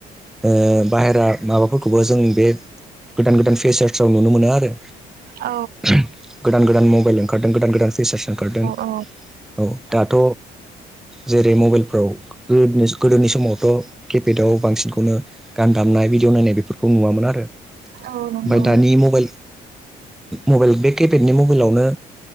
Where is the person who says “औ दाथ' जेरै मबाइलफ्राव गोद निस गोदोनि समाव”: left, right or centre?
Centre